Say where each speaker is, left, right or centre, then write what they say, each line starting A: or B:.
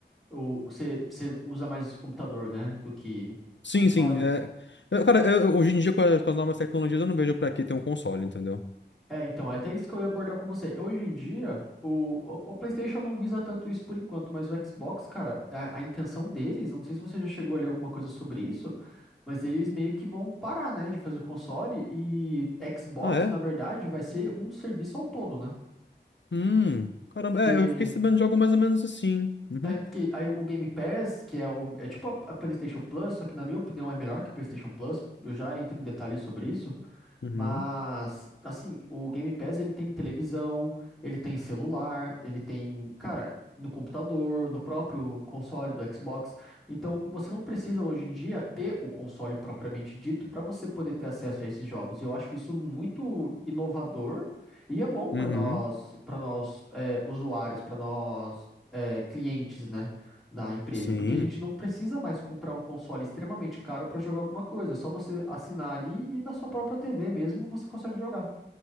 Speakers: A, in the centre; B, on the left.
A: o, você, você usa mais computador, né, do que
B: Sim,
A: console?
B: sim, é. eu- cara, eu- hoje em dia com as, com as novas tecnologias eu não vejo pra que ter um console, entendeu?
A: É, então, é até isso que eu ia abordar com você. Hoje em dia, o, o, o PlayStation não visa tanto isso por enquanto, mas o Xbox, cara, a, a intenção deles, eu não sei se você já chegou a ler alguma coisa sobre isso, mas eles meio que vão parar, né, de fazer console e Xbox,
B: Ah, é?
A: na verdade, vai ser um serviço ao todo, né?
B: Hum. Caramba,
A: Que
B: é, eu fiquei sabendo de algo mais ou menos assim. Uhum.
A: é porque aí o Game Pass, que é, o, é tipo a, a PlayStation Plus, só que na minha opinião é melhor que a PlayStation Plus, eu já entro em detalhes sobre isso.
B: Uhum.
A: Mas, assim, o Game Pass ele tem televisão, ele tem celular, ele tem, cara, no computador, no próprio console do Xbox. Então, você não precisa hoje em dia ter o console propriamente dito para você poder ter acesso a esses jogos. E eu acho isso muito inovador e é bom para
B: Uhum.
A: nós, para nós é, usuários, para nós é, clientes, né? da empresa,
B: Sim.
A: porque a gente não precisa mais comprar um console extremamente caro para jogar alguma coisa, é só você assinar ali e na sua própria TV mesmo você consegue jogar.